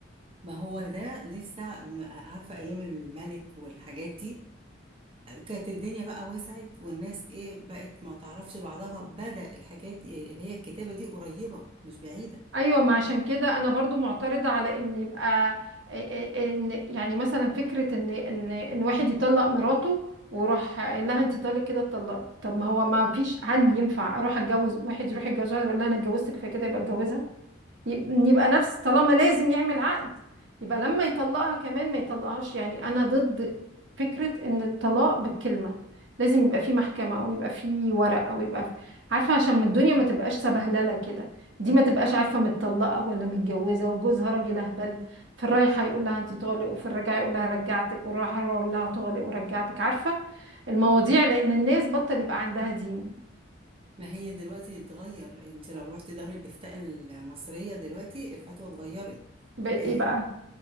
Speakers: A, on the right; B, on the right.
A: ما هو ده لسه م- عارفة أيام الملك والحاجات دي كانت الدنيا بقى وسعت والناس ايه بقت ما تعرفش بعضها بدأ الحاجات اللي هي الكتابة دي قريبة مش بعيدة
B: ايوه ما عشان كده انا برضو معترضة على ان يبقى ان يعني مثلا فكرة ان ان ان واحد يطلق مراته وروح قايل لها انت طالق كده اتطلقي طب ما هو ما فيش هل ينفع اروح اتجوز واحد يروح يتجوز واحد يقول لها انا اتجوزتك فكده يبقى اتجوزها يب- يبقى نفس طالما لازم يعمل عقد يبقى لما يطلقها كمان ما يطلقهاش يعني انا ضد فكرة ان الطلاق بالكلمة لازم يبقى في محكمة او يبقى في ورق او يبقى في... عارفة عشان ما الدنيا ما تبقاش سبهللة كده دي ما تبقاش عارفة متطلقة ولا متجوزة وجوزها راجل اهبل في الرايحة يقول لها انت طالق وفي الرجعة يقول لها رجعتك والراحة يقول لها طالق ورجعتك عارفة المواضيع لان الناس بطل يبقى عندها دين
A: ما هي دلوقتي اتغير انت لو رحت دار الإفتاء المصرية دلوقتي الفتوى اتغيرت
B: بقت
A: آه
B: ايه بقى